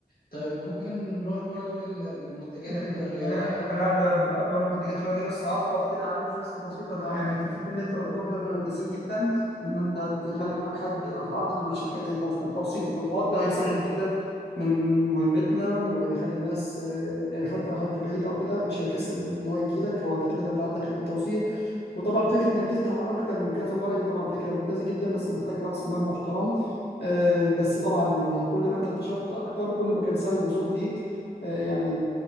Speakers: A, on the left; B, on the left.
A: طيب ممكن نروح برضو لل- للمنتجات
B: يعني
A: الرياضية
B: يعني انا قبل قبل قبل ما اروح المنتجات الرياضيه بس هعقب كده عليك بس بسيط انا يعني فكرتين اللي انت قلتهم دول ممتازين جدا ان انت تخلي معاك حد أو تتعاقد مع شركه توص- توصيل الطلبات ده هيسهل جدا من مهمتنا وهيخلي الناس آه، يعني حتى لو حد بعيد او كده مش هيكسل ان هو يجي لك هو كده كده انت عندك خدمه توصيل وطبعا فكره انك تفتح اكتر من كذا فرع دي طبعا فكره ممتازه جدا بس محتاج راس مال محترم آه، بس طبعا يعني كل ما انت انتشرت اكتر كل ما كان سهل الوصول ليك آه، يعني